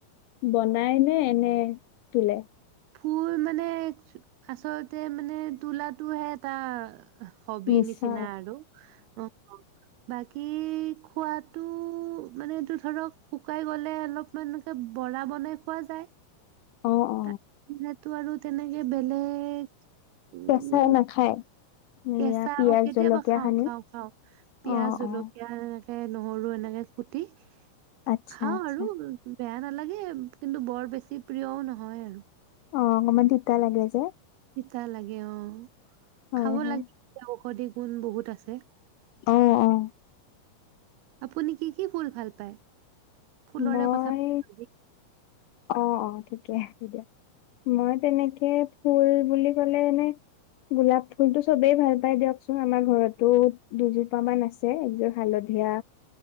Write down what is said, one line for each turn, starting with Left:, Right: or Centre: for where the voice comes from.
Left: বনাই নে এনে তুলে?
Right: ফুল মানে আচলতে মানে তোলাটোহে এটা হবি
Left: নিচা
Right: নিচিনা আৰু অ' বাকী খোৱাটো মানে এইটো ধৰক শুকাই গ'লে অলপ মানে এনেকে বৰা বনাই খোৱা যায়।
Left: অ' অ'।
Right: তা সেইটো আৰু তেনেকে বেলেগ উম
Left: কেঁচাই নাখায়? এয়া
Right: কেঁচা
Left: পিয়াজ
Right: আকৌ কেতিয়াবা
Left: জলকীয়া
Right: খাওঁ
Left: সানি
Right: খাওঁ খাওঁ। পিয়াজ,
Left: অ
Right: জলকীয়া
Left: অ
Right: এনেকে নহৰু এনেকে কুটি।
Left: আচ্ছা
Right: খাও
Left: আচ্ছা
Right: আৰু বেয়া নালাগে, কিন্তু বৰ বেছি প্ৰিয়ও নহয় আৰু।
Left: অ অকনমান তিতা লাগে যে।
Right: তিতা লাগে অ
Left: হয়
Right: খাব
Left: হয়
Right: লাগে, ইয়াৰ ঔষধি গুণ বহুত আছে।
Left: অ' অ'।
Right: আপুনি কি কি ফুল ভাল পায়? ফুলৰে
Left: মই,
Right: কথা পাতো আজি
Left: অ অ থিকে আছে দিয়া। মই তেনেকে ফুল বুলি ক'লে এনেই গোলাপ ফুল টো চবেই ভাল পাই দিয়কচোন, আমাৰ ঘৰতো দুজোপা মান আছে। ছে এযোৰ হালধীয়া